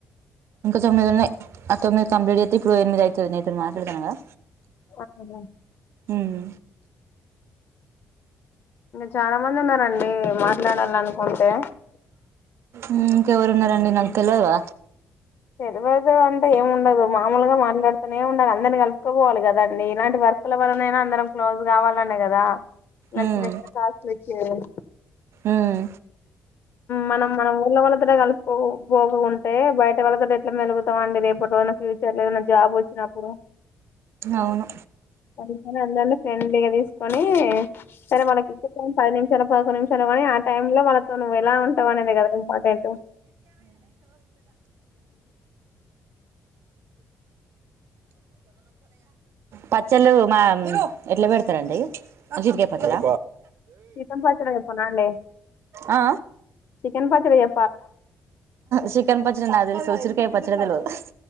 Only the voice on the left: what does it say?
అట్లనా
చాలా మంది ఉన్నారండి మాట్లాడాలనికుంటే
తేలువదు అంటే ఏం ఉండదు మామూలుగా మాట్లాడుతూనే ఉండాలి అందరినీ కలుపుకోపోవాలి గదా ఇలాంటి ఒకరి వల్లనయినా అందరం క్లోజ్ కావాలి కదా నచ్చి
నచ్చిన కాసు వచ్చేదం
మనం మనం ఊర్ళ వాళ్లతోట కలుసుకో పోకుంటే బయట వాళ్ళతో ఎట్లా మెలుగుతాం అండి రేపటోల ఫ్యూచర్ లేదన్నా జాబ్ వచ్చినప్పుడు
అందుకని ఉండాలి ఫ్రెండ్లీగా తీసుకొని సరే వాళ్ళకి ఇచ్చే పది నిమిషాలు పదకొ నిమిషాలు కానీ ఆ టై లో వాళ్ళతో నువ్వు ఎలా ఉంటావు అనేది గదా ఇంపార్టెంట్
చికెన్ పచ్చడి చెప్పనా అండి
చికెన్ పచ్చడి చే